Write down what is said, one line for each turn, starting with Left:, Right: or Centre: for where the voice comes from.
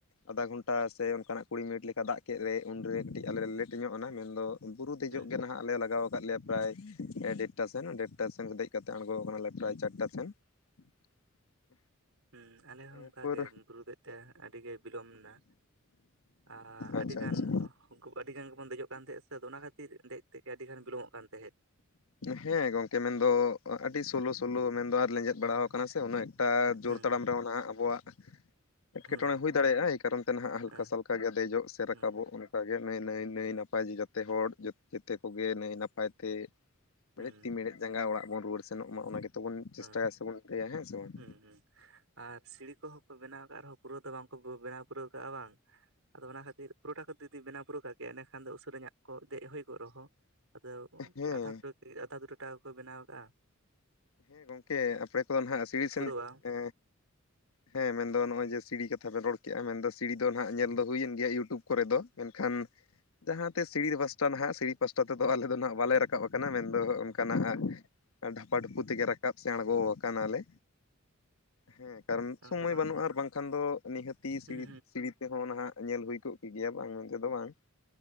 Left: ᱟᱫᱷᱟ ᱜᱷᱚᱱᱴᱟ ᱥᱮ ᱚᱱᱠᱟᱱᱟᱜ ᱠᱩᱲᱤ ᱢᱤᱱᱤᱴ ᱞᱮᱠᱟ ᱫᱟᱜ ᱠᱮᱫ ᱨᱮᱭ ᱩᱱ ᱨᱮ ᱠᱟᱹᱴᱤᱡ ᱟᱞᱮ ᱞᱮ ᱞᱮᱴ ᱧᱚᱜᱱᱟ ᱢᱮᱱᱫᱚ ᱵᱩᱨᱩ ᱫᱮᱡᱚᱜ
Right: ᱦᱩᱸ
Left: ᱜᱮ ᱱᱟᱦᱟᱜ ᱞᱮ ᱞᱟᱜᱟᱣ <unintelligible> ᱞᱮᱭᱟ ᱯᱨᱟᱭ ᱰᱮᱴᱴᱟ ᱥᱮᱱ ᱰᱮᱴᱴᱟ ᱥᱮᱱ ᱫᱮᱡ ᱠᱟᱛᱮ ᱟᱬᱜᱚ ᱟᱠᱟᱱᱟᱞᱮ ᱯᱨᱟᱭ ᱪᱟᱨᱴᱟ ᱥᱮᱱ <unintelligible>
Right: ᱦᱮᱸ ᱟᱞᱮ ᱦᱚᱸ
Left: ᱮᱨᱯᱚᱨ
Right: ᱚᱱᱠᱟ ᱜᱮ ᱵᱩᱨᱩ ᱫᱮᱡ ᱛᱮ ᱦᱟᱸᱜ ᱟᱹᱰᱤ ᱜᱮ ᱵᱤᱞᱚᱢ ᱮᱱᱟ᱾ ᱟᱻ
Left: ᱟᱪᱪᱷᱟ
Right: ᱟᱹᱰᱤᱜᱟᱱ
Left: ᱟᱪᱪᱷᱟ
Right: ᱟᱹᱰᱤᱜᱟᱱ ᱜᱮᱵᱚᱱ ᱫᱮᱡᱚᱜ ᱠᱟᱱ ᱛᱟᱦᱮᱫ ᱥᱮ ᱚᱱᱟ ᱠᱷᱟᱹᱛᱤᱨ ᱫᱮᱡᱼᱼ ᱛᱮ ᱜᱮ ᱟᱹᱰᱤ ᱜᱟᱱ ᱵᱤᱞᱚᱢᱚᱜ ᱠᱟᱱ ᱛᱟᱦᱮᱸᱫ
Left: ᱦᱮᱸ ᱜᱚᱝᱠᱮ ᱢᱮᱱ ᱫᱚ ᱟᱹᱰᱤ ᱥᱚᱞᱚ
Right: ᱦᱩᱸ
Left: ᱥᱚᱞᱚ ᱢᱮᱱ ᱫᱚ ᱟᱨ ᱞᱮᱸᱡᱮᱫ ᱵᱟᱲᱟᱣ
Right: ᱦᱮᱸ
Left: ᱠᱟᱱᱟ ᱥᱮᱼᱼ ᱩᱱᱟᱹᱜ ᱮᱠᱴᱟ ᱡᱚᱨ
Right: ᱦᱩᱸ
Left: ᱛᱟᱲᱟᱢ ᱨᱮ ᱚᱱᱟ ᱟᱵᱚᱣᱟᱜᱼᱼ ᱮᱴᱠᱮᱴᱚᱬᱮ
Right: ᱦᱩᱸ
Left: ᱦᱩᱭ
Right: ᱦᱩᱸ
Left: ᱫᱟᱲᱮᱼᱟ ᱮᱭ ᱠᱟᱨᱚᱱ ᱛᱮ ᱱᱟᱦᱟᱜ ᱦᱟᱞᱠᱟᱼᱥᱟᱞᱠᱟ
Right: ᱦᱮᱸ
Left: ᱜᱮ ᱫᱮᱡᱚᱜ ᱥᱮ ᱨᱟᱠᱟᱵᱚᱜ
Right: ᱦᱩᱸ
Left: ᱚᱱᱠᱟ ᱜᱮ ᱱᱟᱭ ᱱᱟᱹᱭ ᱱᱟᱹᱭ ᱱᱟᱯᱟᱭ ᱡᱚᱛᱚ ᱦᱚᱲ ᱡᱮᱛᱮ ᱠᱚ ᱜᱮ ᱱᱟᱹᱭ ᱱᱟᱯᱟᱭ ᱛᱮᱼᱼ ᱢᱮᱬᱦᱮᱫ
Right: ᱦᱩᱸ
Left: ᱛᱤ ᱢᱮᱬᱦᱮᱫ ᱡᱟᱸᱜᱟ ᱚᱲᱟᱜ ᱵᱚᱱ ᱨᱩᱣᱟᱹᱲ ᱥᱮᱱᱚᱜ ᱢᱟ ᱚᱱᱟ ᱜᱮᱛᱚ ᱵᱚᱱ ᱪᱮᱥᱴᱟᱭᱟ
Right: ᱦᱮᱸ
Left: ᱥᱮᱵᱚᱱ ᱞᱟᱹᱭᱟ ᱦᱮᱸ ᱥᱮ ᱵᱟᱝᱼᱼ
Right: ᱦᱩᱸ ᱦᱩᱸ ᱟᱨ ᱥᱤᱲᱤ ᱠᱚᱦᱚᱸ ᱠᱚ ᱵᱮᱱᱟᱣ ᱟᱠᱟᱜ ᱨᱮᱦᱚᱸ ᱯᱩᱨᱟᱹ ᱫᱚ ᱵᱟᱝ ᱠᱚ ᱵᱮᱱᱟᱣ ᱯᱩᱨᱟᱹᱣ ᱠᱟᱜᱼᱟ ᱵᱟᱝᱼᱼ ᱟᱫᱚ ᱚᱱᱟ ᱠᱷᱟᱹᱛᱤᱨ ᱯᱩᱨᱚᱴᱟ ᱠᱚ ᱡᱩᱫᱤ ᱵᱮᱱᱟᱣ ᱯᱩᱨᱟᱹ ᱠᱟᱜ ᱠᱮᱭᱟ ᱮᱸᱰᱮ ᱠᱷᱟᱱ ᱫᱚ ᱩᱥᱟᱹᱨᱟ ᱧᱟ ᱠᱚ ᱫᱮᱡ ᱦᱩᱭ ᱠᱚᱜ ᱨᱮ ᱦᱚᱸ ᱟᱫᱚ
Left: ᱦᱮᱸ
Right: ᱟᱫᱷᱟ ᱟᱫᱷᱟ ᱫᱩᱴ <unintelligible> ᱠᱚ ᱵᱮᱱᱟᱣ ᱟᱠᱟᱜᱼᱟ
Left: ᱦᱮᱸ ᱜᱚᱢᱠᱮ ᱟᱯᱲᱮ ᱠᱚᱫᱚ ᱦᱟᱸᱜ ᱥᱤᱲᱤ
Right: ᱯᱩᱨᱟᱹᱣᱟ
Left: ᱥᱮᱱ ᱮᱼᱼ ᱦᱮᱸ ᱢᱮᱱ ᱫᱚ ᱱᱚᱜᱼᱚᱭ ᱡᱮ ᱥᱤᱲᱤ ᱠᱟᱛᱷᱟ ᱵᱮᱱ ᱨᱚᱲ ᱠᱮᱫᱮᱜᱼᱟ ᱢᱮᱱ ᱫᱚ ᱥᱤᱲᱤ ᱫᱚ ᱱᱟᱜ ᱧᱮᱞ ᱫᱚ ᱦᱩᱭᱮᱱ ᱜᱮᱭᱟ ᱤᱭᱩᱴᱩᱵᱽ ᱠᱚᱨᱮ ᱫᱚ ᱢᱮᱱᱠᱷᱟᱱᱼᱼ ᱡᱟᱦᱟᱸ ᱛᱮ ᱥᱤᱲᱤ <unintelligible> ᱱᱟᱦᱟᱜ ᱥᱤᱲᱤ ᱯᱟᱥᱴᱟ ᱛᱮᱫ ᱟᱞᱮ ᱫᱚ ᱱᱟᱦᱟᱜ ᱵᱟᱞᱮ ᱨᱟᱠᱟᱵᱼᱼ ᱨᱟᱠᱟᱵ ᱟᱠᱟᱱᱟ ᱢᱮᱱ ᱫᱚ ᱚᱱᱠᱟᱱᱟᱜ ᱰᱷᱟᱯᱟ ᱰᱩᱯᱩ ᱛᱮᱜᱮ ᱨᱟᱠᱟᱵ ᱥᱮ ᱟᱬᱜᱚ ᱟᱠᱟᱱᱟ ᱞᱮᱼᱼ ᱦᱮᱸ ᱠᱟᱨᱚᱱ
Right: ᱦᱚᱸ
Left: ᱥᱚᱢᱚᱭ
Right: ᱫᱚ
Left: ᱵᱟᱹᱱᱩᱜᱼᱟ
Right: ᱦᱩᱸ
Left: ᱟᱨ ᱵᱟᱝ ᱠᱷᱟᱱ ᱫᱚ ᱱᱤᱦᱟᱹᱛᱤ <unintelligible>
Right: ᱦᱩᱸ
Left: ᱛᱮ ᱦᱚᱸ ᱱᱟᱦᱟᱜ ᱧᱮᱞ ᱦᱩᱭ ᱠᱚᱜ ᱜᱮᱭᱟ ᱵᱟᱝ ᱢᱮᱱ ᱛᱮᱫ ᱫᱚ ᱵᱟᱝ